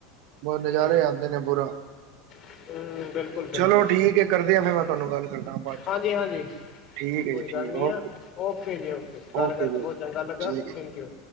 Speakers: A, on the right; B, on the left.
A: ਬਹੁ ਨਜ਼ਾਰੇ
B: ਹੂੰ
A: ਆਂਦੇ ਨੇ ਬੁਰਾ
B: ਹੂੰ, ਬਿਲਕੁਲ ਬਿਲਕੁਲ
A: ਚਲੋ ਠੀਕ ਏ ਕਰਦੇਆਂ ਫੇਰ ਮੈਂ ਤੁਹਾਨੂੰ ਗੱਲ ਕਰਦਾ ਬਾਅਦ
B: ਹਾਂਜੀ
A: ਚ
B: ਹਾਂਜੀ
A: ਠੀਕ ਹੈ
B: ਕੋਈ
A: ਜੀ
B: ਗੱਲ
A: ਠੀਕ
B: ਨੀ
A: ਓਕੇ
B: ਆ, ਓਕੇ ਜੀ ਓਕੇ ਗੱਲ
A: ਓਕੇ
B: ਕਰਕੇ
A: ਜੀ
B: ਬਹੁਤ ਚੰਗਾ ਲੱਗਾ
A: ਠੀਕ ਹੈ
B: ਥੈਂਕ ਯੂ।